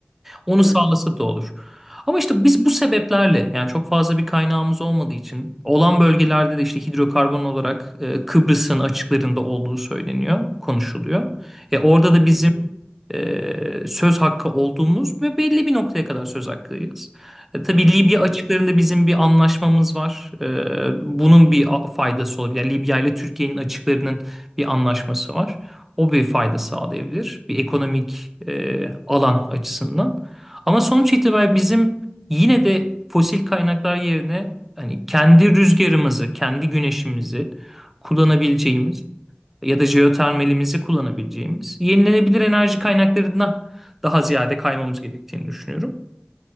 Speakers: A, in the centre; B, on the left.
A: Onu
B: Evet.
A: sağlasa da olur. Ama işte biz bu sebeplerle yani çok fazla bir kaynağımız olmadığı için olan bölgelerde de işte hidrokarbon olarak e, Kıbrıs'ın açıklarında olduğu söyleniyor, konuşuluyor. E, orada da bizim
B: Hı hı.
A: e, söz hakkı olduğumuz ve belli bir noktaya kadar söz hakkıyız. E, tabii Libya
B: E, tabii.
A: açıklarında bizim bir anlaşmamız var. E, bunun bir a- faydası olabilir. Yani Libya ile Türkiye'nin açıklarının bir anlaşması var. O bir fayda sağlayabilir. Bir ekonomik e, alan açısından. Ama sonuç itibariyle bizim yine de fosil kaynaklar yerine hani kendi rüzgarımızı, kendi güneşimizi kullanabileceğimiz ya da jeotermalimizi kullanabileceğimiz yenilenebilir enerji kaynaklarına daha ziyade kaymamız gerektiğini düşünüyorum.